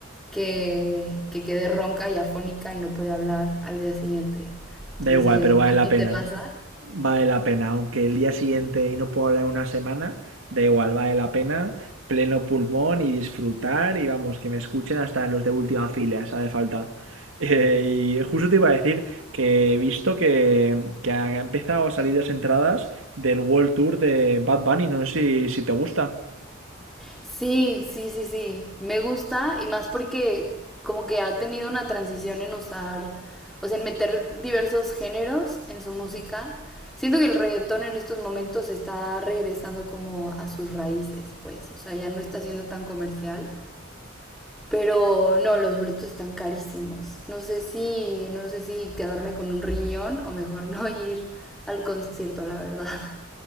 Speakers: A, in the centre; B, on the right.
A: que, que quedé ronca y afónica y no podía hablar al día siguiente.
B: Da
A: Entonces,
B: igual, pero vale
A: ¿a
B: la
A: ti
B: pena.
A: te pasa?
B: Vale la pena. Aunque el día siguiente y no puedo hablar una semana, da igual, vale la pena. Pleno pulmón y disfrutar. Y vamos, que me escuchen hasta los de última fila, si hace falta. <laughs> Eh, y justo te iba a decir que he visto que, que ha empezado a salir las entradas del World Tour de Bad Bunny. No sé si, si te gusta.
A: Sí, sí, sí, sí. Me gusta y más porque como que ha tenido una transición en usar, o sea, en meter diversos géneros en su música. Siento que el reggaetón en estos momentos está regresando como a sus raíces, pues, o sea, ya no está siendo tan comercial, pero no, los boletos están carísimos. No sé si, no sé si quedarme con un riñón o mejor <laughs> no ir al concierto, la verdad.